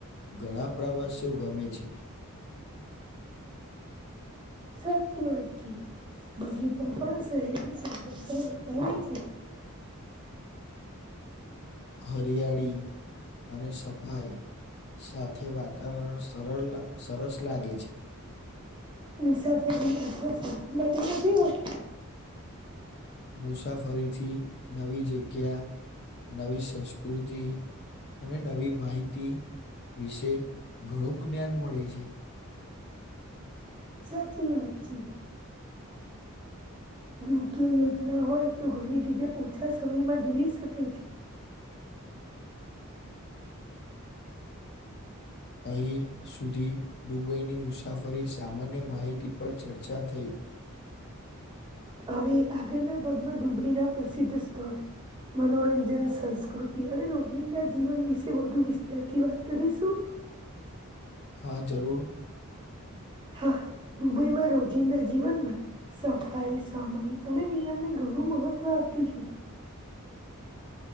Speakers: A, on the left; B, on the right.
A: ઘણા પ્રવાસીઓ ગમે છે.
B: સાચી વાત છે બગીચા પણ શહેરની સધતા વધારે છે.
A: હરિયાળી. અને સફાઈ સાથે વાતાવરણ સરળ સરસ લાગે છે.
B: મુસાફર ની માફ નથી હોય.
A: મુસાફરીથી નવી જગ્યા નવી સંસ્કૃતિ અને નવી માહિતી વિશે ઘણું જ્ઞાન મળે છે.
B: સાચી વાત છે. યોગ્ય યોજના હોય તો ઘણી જગ્યા ઓછા સમયમાં જોઈ શકે છે.
A: અહીં સુધી દુબઈની મુસાફરી સામાન્ય માહિતી પર ચર્ચા થઈ.
B: હવે આગળના ભાગમાં દુબઈ ના પ્રસિદ્ધ સ્થળ મનોરંજન સંસ્કૃતિ અને રોજિંદા જીવન વિશે વધુ વિસ્તારથી વાત કરીશું.
A: હા જરૂર.
B: હા દુબઈમાં રોજિંદા જીવનમાં સફાઈ સમય અને નિયમને ઘણું મહત્વ આપે છે.